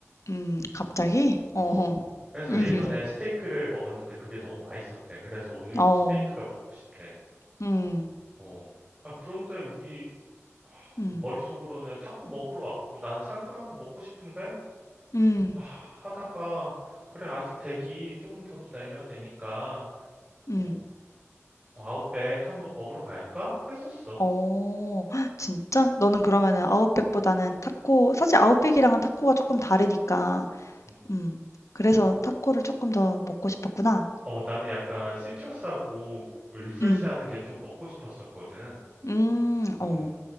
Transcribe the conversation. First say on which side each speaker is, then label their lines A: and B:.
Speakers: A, on the left (about 85°); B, on the right (about 30°).
A: 음. 갑자기? 어어.
B: 어, 그래서
A: 음.
B: 예전에 스테이크를 먹었는데 그게 너무 맛있었대. 그래서 오늘도
A: 어.
B: 스테이크가 먹고 싶대.
A: 음.
B: 어. 아, 그런데 우리
A: 음.
B: 머릿속으로는 타코 먹으러 왔고 나는 상큼한 거 먹고 싶은데?
A: 음.
B: 아, 하다가 그래 아직 대기 좀 더 기다려야 되니까
A: 음.
B: 어,
A: 음.
B: 아웃백 한번 먹으러 갈까? 했었어.
A: 어. <laughs> 진짜? 너는 그러면은 아웃백보다는 타코 사실 아웃백이랑은 타코가 조금 다르니까
B: 음.
A: 음 그래서 타코를 조금 더 먹고 싶었구나.
B: 어, 나는 약간 시트러스하고 리프레시하는
A: 음.
B: 게 좀 먹고 싶었었거든.
A: 음.
B: 음.
A: 어.